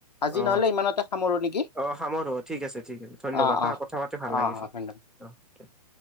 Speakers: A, on the left (about 90°); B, in the centre.
A: আজি
B: অ,
A: নহলে ইমানতে সামৰো নেকি
B: অ সামৰো ঠিক আছে, ঠিক আছে ধন্যবাদ
A: অ
B: হা
A: অ
B: কথা পাতি ভাল
A: অ
B: লাগিছে।
A: ধন্যবাদ
B: অকে <unintelligible>